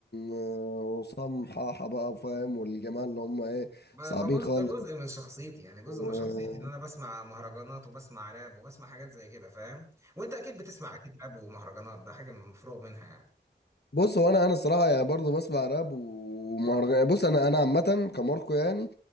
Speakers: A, on the left (about 60°); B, on the right (about 15°).
A: آه، عصام حاحه بقى وفاهم والجماعه اللي هم ايه
B: ما
A: صعبين
B: ما جزء
A: خالص
B: ده جزء من شخصيتي يعني جزء
A: وانت
B: من شخصيتي ان انا بسمع مهرجانات وبسمع راب وبسمع حاجات زي كده فاهم وانت اكيد بتسمع اكيد راب ومهرجانات ده حاجه مفروغ منها يعني
A: بص هو انا انا الصراحه يعني برضه بسمع راب ومهرجان يعني بص انا انا عامه كماركو يعني